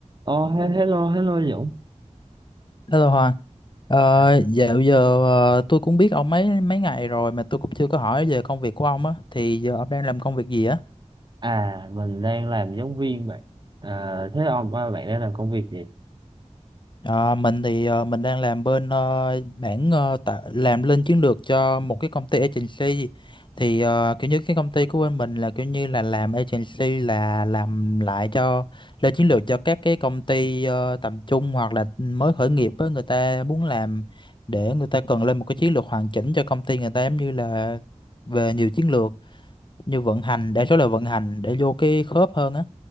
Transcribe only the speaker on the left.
Hello Hòa, ờ,
dạo giờ ờ, tôi cũng biết ông mấy mấy ngày rồi mà tôi cũng chưa có hỏi về công việc của ông á, thì giờ ông đang làm công việc gì á?
Ờ, mình thì ờ, mình đang làm bên ờ, mảng ờ, tạ- làm lên chiến lược cho một cái công ty agency thì ờ, kiểu như cái công ty của bên mình là kiểu như là làm agency là làm lại cho lên chiến lược cho các cái công ty ờ, tầm trung hoặc là mới khởi nghiệp á người ta muốn làm để người ta cần lên một cái chiến lược hoàn chỉnh cho công ty người ta giống như là về nhiều chiến lược như vận hành đa số là vận hành để vô cái khớp hơn á